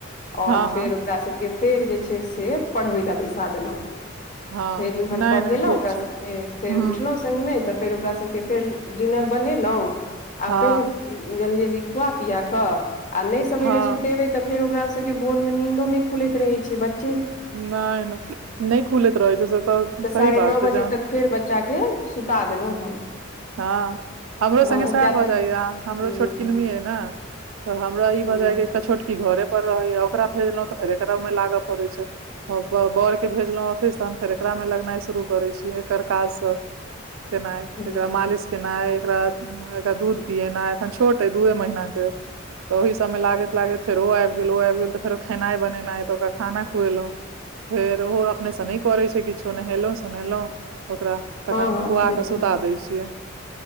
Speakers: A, on the left; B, on the right.
A: आओर
B: हँ हँ
A: फेर ओकरा सभके फेर जे छै से पढ़बै लए बैसा देलौ
B: हँ
A: फेर इमहर
B: नहि
A: पढ़ेेलौ
B: नहि ठीक
A: ओकरा
B: छै
A: सबके फेर
B: हूँ
A: उठलौ सङ्गमे तऽ फेर ओकरा सबके फेर डिनर बनेलौ आ
B: हँ
A: फेर जल्दी जल्दी खुआ पिया कऽ आ नहि सवेरे
B: हँ
A: सुतेबै तऽ फेर ओकरा सब के बोर मे नीदो न नहि खुलैत रहे छै ब्चा
B: नहि नहि नहि खुलैत रहै छै से तऽ
A: साढ़े
B: सही
A: नओ
B: बात छै
A: बजे
B: जान
A: तक फेर बच्चा के सुता देलहुं हम
B: हँ हमरो सङ्गे
A: हँ
B: सएह
A: किया
B: भऽ
A: तऽ
B: जाइया हमरो
A: हूँ
B: छोट किनमी अइ ने तऽ हमरा ई
A: हूँ
B: भजैय ह एकटा छोटकी घरे पर रहैया ओकरा भेजलहुँ तऽ फेरे एकरा ओहिमे लागय पड़ै छै ब बर के भेजलहुँ ऑफिस तऽ हम फेर एकरा मे लगनाइ शुरू करै छीय एकर काजसँ केनाय
A: हूँ हूँ,
B: एकरा मालिश केनाइ एकरा एकरा दूध पियना एखन छोट अ दूए महीना के तऽ ओहि सभमे लागैत लागैत फेर ओ आबि गेल ओ आबि गेल तऽ फेरो खेनाइ बनेनाइ तऽ ओकरा खाना खुएलौं फेर ओहो अपनेसँ नहि करै छै किछो नहेलहुं सुनेलहुँं ओकरा तखन
A: हँ
B: खुआ
A: हँ बिलकुल
B: कऽ सुता दै छियै